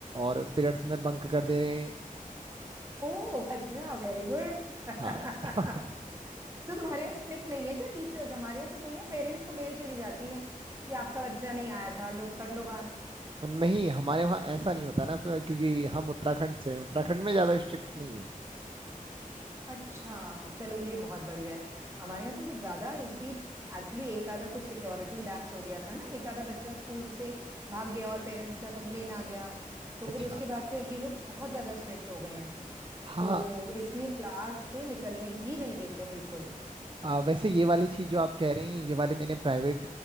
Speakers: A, on the right (about 35°); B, on the right (about 20°).
A: और पीरियड्स में बंक कर दे रहे हैं
B: ओह अच्छा वेरी गुड <laughs>
A: हाँ
B: तो तुम्हारे यहाँ स्ट्रिक्ट नहीं है क्या टीचर्स हमारे यहाँ तो भैया पेरेंट्स को मेल चली जाती है कि आपका बच्चा नहीं आया था लो कर लो बात
A: नहीं हमारे वहाँ ऐसा नहीं होता ना फिर क्योंकि हम उत्तराखंड से हैं। उत्तराखंड में ज्यादा स्ट्रिक्ट नहीं है
B: अच्छा चलो ये बहुत बढ़िया है हमारे यहाँ तो कुछ ज्यादा इस बीच एक्चुअली एक आधा कुछ सिक्योरिटी लैप्स हो गया था ना एक आधा बच्चा स्कूल से भाग गया और पेरेंट्स का कंप्लेन आ गया तो
A: अच्छा
B: फिर उसके बाद से अब ये लोग बहुत ज्यादा स्ट्रिक्ट हो गए हैं
A: हाँ
B: तो इसलिए क्लास से निकलने ही नहीं देते बिल्कुल
A: आ, वैसे ये वाली चीज जो आप कह रही हैं ये वाली मैंने प्राइवेट